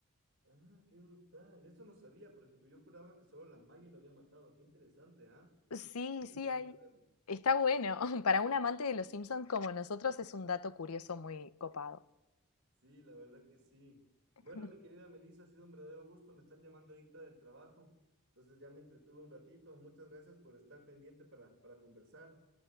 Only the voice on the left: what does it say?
Sí,
sí,
hay.
Está bueno. <laughs> Para un amante de Los Simpsons como nosotros es un dato curioso muy copado.
<laughs>